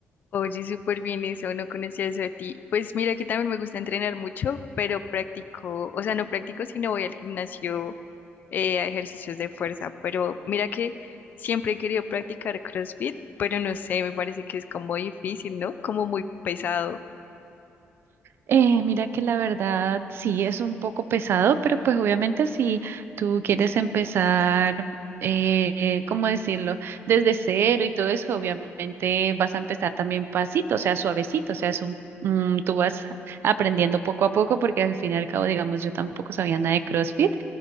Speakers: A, on the left (about 40°); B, on the right (about 55°).
A: Oye, súper bien eso, no conocía eso de ti. Pues mira que también me gusta entrenar mucho, pero practico, o sea, no practico, sino voy al gimnasio eh, a ejercicios de fuerza. Pero mira que siempre he querido practicar CrossFit, pero no sé, me parece que es como difícil, ¿no? Como muy pesado.
B: Eh, mira que la verdad sí es un poco pesado, pero pues obviamente si tú quieres empezar, eh, ¿cómo decirlo? Desde cero y todo eso, obviamente vas a empezar también pasito, o sea, suavecito, o sea, es un, mm, tú vas aprendiendo poco a poco porque al fin y al cabo, digamos, yo tampoco sabía nada de CrossFit.